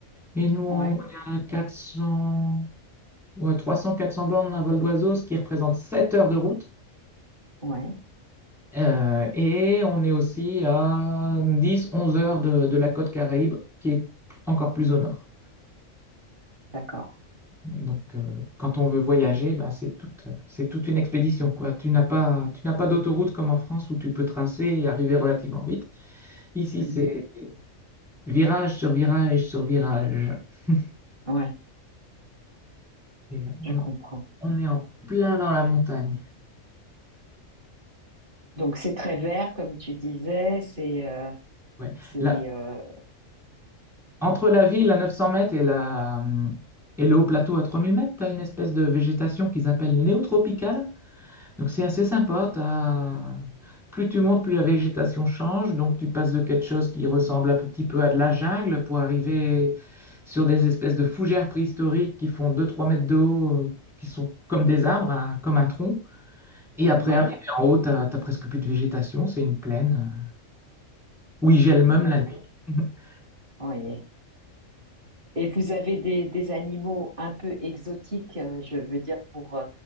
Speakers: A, in the centre; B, on the right (about 40°).
A: Et nous, on
B: Ouais,
A: est à 400, ouais, 300-400 bornes à vol d'oiseau, ce qui représente 7 heures de route.
B: ouais,
A: Euh, et on est aussi à 10-11 heures de, de la côte Caraïbe, qui est encore plus au nord.
B: d'accord.
A: Et donc, euh, quand on veut voyager, ben, c'est toute, c'est toute une expédition, quoi. Tu n'as pas, tu n'as pas d'autoroute comme en France où tu peux tracer et arriver relativement vite. Ici,
B: Mhm.
A: c'est virage sur virage sur virage. <laughs>
B: Ouais,
A: Et
B: je
A: on,
B: comprends.
A: on est en plein dans la montagne.
B: Donc c'est très vert, comme tu disais, c'est euh,
A: Ouais.
B: c'est
A: Là,
B: euh,
A: entre la ville à 900 mètres et, la, et le haut plateau à 3000 mètres, tu as une espèce de végétation qu'ils appellent néotropicale. Donc c'est assez sympa. t'as- Plus tu montes, plus la végétation change. Donc tu passes de quelque chose qui ressemble un petit peu à de la jungle pour arriver sur des espèces de fougères préhistoriques qui font deux trois mètres de haut, euh, qui sont comme des arbres, hein, comme un tronc. Et après,
B: ouais,
A: arriver en haut, t'as, t'as presque plus de végétation. C'est une plaine euh, où il gèle même
B: d'accord.
A: la nuit. <laughs>
B: Oui. Et vous avez des, des animaux un peu exotiques, euh, je veux dire pour euh,